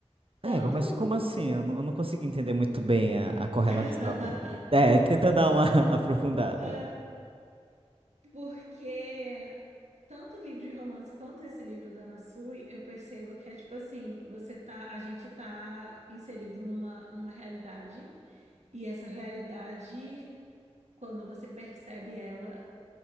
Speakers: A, on the right; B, on the right.
A: É,
B: Tanto.
A: mas como assim? Eu não, eu não consigo entender muito bem a, a correlação.
B: <laughs>
A: É, tenta dar uma <laughs> aprofundada.
B: Ah, Porque tanto o livro de romance quanto esse livro da Ana Sui, eu percebo que é tipo assim, você tá, a gente tá inserido numa, numa realidade, e essa realidade, quando você percebe ela,